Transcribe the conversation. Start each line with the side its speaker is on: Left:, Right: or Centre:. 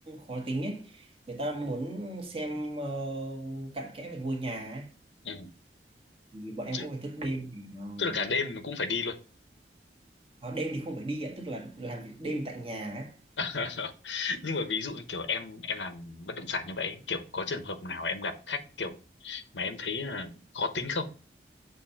Right: khó tính ấy người ta muốn xem ờ, cặn kẽ về ngôi nhà ấy
Left: ừ.
Right: thì bọn em
Left: Tức,
Right: cũng phải thức đêm để uh,
Left: tức là cả đêm mà cũng phải đi luôn
Right: à, đêm thì không phải đi ạ tức là làm việc đêm tại nhà ấy
Left: <laughs> nhưng mà ví dụ như kiểu em em làm bất động sản như vậy ấy, kiểu có trường hợp nào em gặp khách kiểu mà em thấy là khó tính không